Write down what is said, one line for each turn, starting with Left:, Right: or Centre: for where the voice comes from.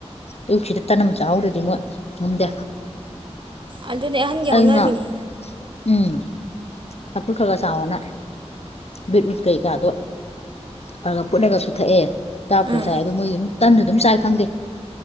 Left: ꯑꯌꯨꯛꯁꯤꯗ ꯇꯟ ꯑꯃ ꯆꯥꯍꯧꯗ꯭ꯔꯗꯤ ꯃꯣꯏ ꯉꯝꯗꯦ
Right: ꯑꯗꯨꯅꯦ ꯑꯍꯟꯒꯤ
Left: ꯑꯩꯅ
Right: ꯍꯧꯅꯕꯤꯅꯤ
Left: ꯎꯝ ꯆꯐꯨꯠ ꯈꯔ ꯈꯔ ꯆꯥꯎꯔꯅ ꯕꯤꯠꯋꯨꯠ ꯀꯩꯀꯥꯗꯣ ꯈꯔ ꯈ ꯐꯨꯠꯂꯒ ꯄꯤꯊꯛꯑꯦ ꯆꯥꯛꯦꯁꯥꯏ
Right: ꯎꯝ
Left: ꯑꯗꯨꯗꯣ ꯃꯣꯏꯁꯨ ꯇ ꯑꯗꯨꯝ ꯈꯪꯗꯦ